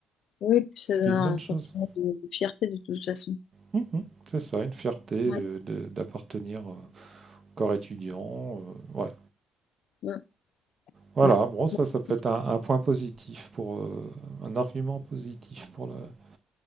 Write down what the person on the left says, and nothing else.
Oui, puis ça
donne
un
sentiment de, de fierté de toute façon.
Ouais,
ouais,
ouais.
Bon,
c'est